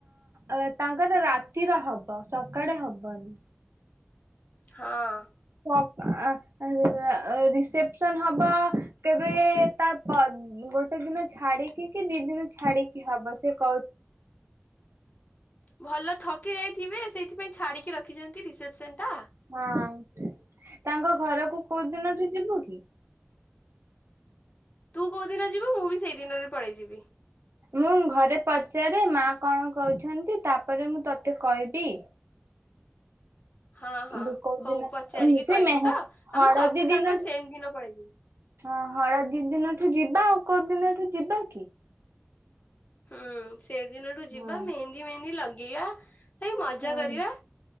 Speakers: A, on the right; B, on the left.
A: ଅ ତାଙ୍କର ରାତିର ହବ ସକାଳେ ହବନି।
B: ହଁ।
A: ସ ଅ କାଳ ରା ରିସେପସନ ହବ କେବେ ତା ତା ଗୋଟେ ଦିନ ଛାଡିକି କି ଦି ଦିନି ଛାଡିକି ହବ ସେ କହୁ
B: ଭଲ ଥକି ଯାଇଥିବେ ସେଇଥିପାଇଁ ଛାଡିକି ରଖି ଯେମିତି ରିସେପ୍ସନ୍ ଟା।
A: ହଁ ତାଙ୍କ ଘରକୁ କୋଉ ଦିନଠୁ ଯିବୁ କି?
B: ତୁ କୋଉ ଦିନ ଯିବୁ ମୁଁ ବି ସେଇ ଦିନରେ ପଳେଇ ଯିବି।
A: ମୁଁ ଘରେ ପଚାରେ ମା କଣ କହୁଛନ୍ତି ତାପରେ ମୁଁ ତୋତେ କହିବି।
B: ହଁ ହଁ
A: ତ କୋଉଦିନ
B: ହଉ ପଚାରିକି
A: ସେ
B: କହିବୁ
A: ମେହେ
B: ତ ଆମ
A: ହଳଦୀ
B: ସବୁ ସାଙ୍ଗ
A: ଦିନଠୁ
B: ସେମ୍ ଦିନ ପଳେଇବୁ।
A: ହଁ ହଳଦୀ ଦିନଠୁ ଯିବ ବା କୋଉଦିନଠୁ ଯିବା କି?
B: ହୁଁ। ସେ ଦିନଠୁ ଯିବା
A: ହଁ
B: ମେହେନ୍ଦି ମେହେନ୍ଦି ଲଗ ଏୟା ସେଇ ମଜା
A: ହଁ
B: କରିବା